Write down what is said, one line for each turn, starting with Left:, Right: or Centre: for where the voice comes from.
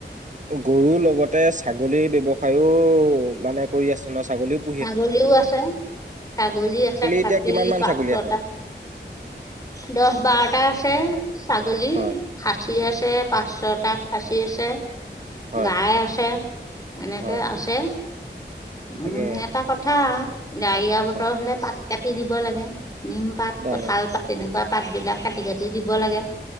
Right: গৰুৰ লগত, -তে', ছাগলীৰ ব্যৱসায়, টো মানে কৰি আছে ন ছাগলীও, '
Left: ছাগলীও আছে, ছাগলী আছে খাচী
Right: এতিয়া কিমান মান
Left: পাঁচ-
Right: ছাগলী
Left: ছটা
Right: আছে?
Left: দহ -বাৰটা আছে ছাগলী
Right: হয়
Left: খাচী। খাচী আছে পাঁচ-ছটা, খাচী আছে।
Right: হয়
Left: গাই আছে এনেকে
Right: হয়
Left: আছে,
Right: তাকে
Left: উম ', এটা কথা, অ', ডাৱৰীয়া বতৰ
Right: অ
Left: হলে পাত, কাটি দিব লাগে। নিম পাত
Right: দাই
Left: -কঁঠাল পাত তেনেকুৱা পাত বিলাক কাটি-কাটি দিব লাগে।